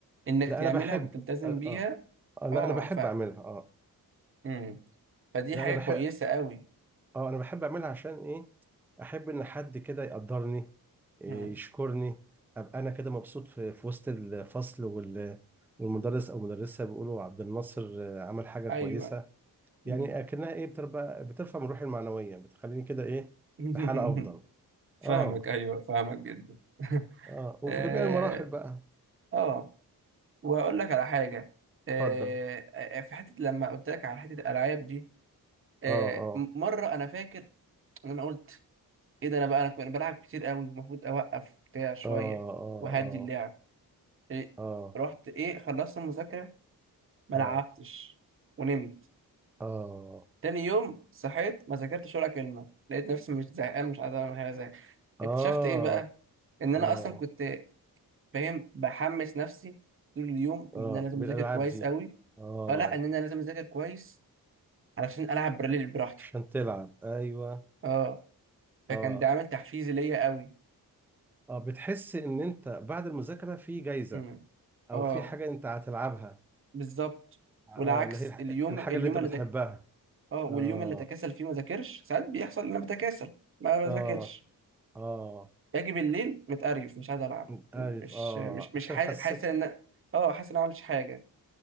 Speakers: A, on the right; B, in the centre.
A: انك
B: لا
A: تعملها
B: انا بحب
A: وتلتزم
B: آه,
A: بيها
B: اه آه، لا
A: اه
B: انا بحب
A: ف
B: اعملها اه
A: مم. فدي
B: لا
A: حاجه
B: انا بحب
A: كويسه قوي
B: اه انا بحب اعملها عشان ايه احب ان حد كده يقدرني إيه،
A: مم.
B: يشكرني ابقى انا كده مبسوط في, في وسط الفصل وال والمدرس او مدرسة بيقولوا عبد الناصر آه، عمل حاجة
A: ايوه
B: كويسة
A: مم.
B: يعني اكنها ايه بترفع بترفع من روحي المعنوية بتخليني كده ايه
A: <laughs>
B: في حالة افضل
A: فاهمك
B: اه
A: ايوه فاهمك جدا <laughs>
B: اه وفي
A: اه
B: جميع المراحل بقى
A: آه. واقول لك على حاجه آه
B: اتفضل
A: آه، في حته لما قلت لك على حته الالعاب دي آه
B: اه اه
A: م- مره انا فاكر ان انا قلت ايه ده انا بقى انا كنت بلعب كتير قوي المفروض اوقف بتاع شويه
B: اه اه
A: وهدي اللعب إيه
B: اه اه
A: رحت ايه خلصت المذاكره ما
B: اه
A: لعبتش ونمت
B: اه
A: تاني يوم صحيت ما ذاكرتش ولا كلمه لقيت نفسي مش زهقان مش عايز اعمل حاجه زي
B: اه
A: اكتشفت ايه بقى ان انا
B: اه
A: اصلا كنت فاهم بحمس نفسي طول اليوم
B: اه
A: ان انا لازم
B: بالالعاب
A: اذاكر كويس
B: دي
A: قوي
B: اه
A: اه لا ان انا لازم اذاكر كويس علشان العب براليل براحتي
B: عشان تلعب ايوه
A: اه فكان
B: اه
A: ده عامل تحفيزي ليا قوي
B: اه بتحس ان انت بعد المذاكره في جايزه
A: امم
B: او
A: اه
B: في حاجه انت هتلعبها
A: بالظبط
B: اه
A: والعكس
B: اللي هي الح-
A: اليوم
B: الحاجه
A: اليوم
B: اللي انت بتحبها
A: اللي تك... اه واليوم
B: اه
A: اللي اتكاسل فيه ما ذاكرش ساعات بيحصل ان انا بتكاسل ما
B: اه
A: بذاكرش
B: اه
A: باجي بالليل متقرف مش عايز العب
B: انت عارف
A: مش
B: اه
A: مش مش
B: عشان
A: حاسس
B: حس
A: حاسس ان اه حاسس ان انا ما عملتش حاجه